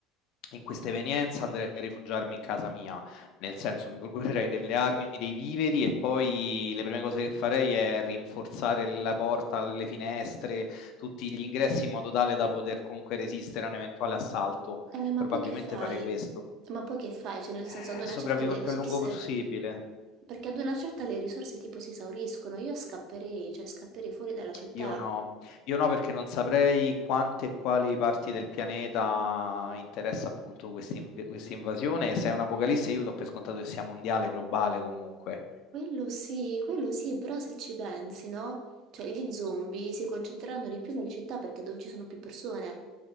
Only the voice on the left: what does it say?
In questa evenienza andrei a rifugiarmi in casa mia, nel senso mi procurerei delle armi, dei viveri e poi le prime cose che farei è rinforzare la porta, le finestre, tutti gli ingressi in modo tale da poter comunque resistere a un eventuale assalto.
Probabilmente
farei questo.
Eh,
Sopravvivo
il
più a lungo possibile.
Io no, io no perché non saprei quante e quali parti del pianeta interessa appunto questa inv- questa invasione. Se è un'apocalisse, io do per scontato che sia mondiale, globale comunque.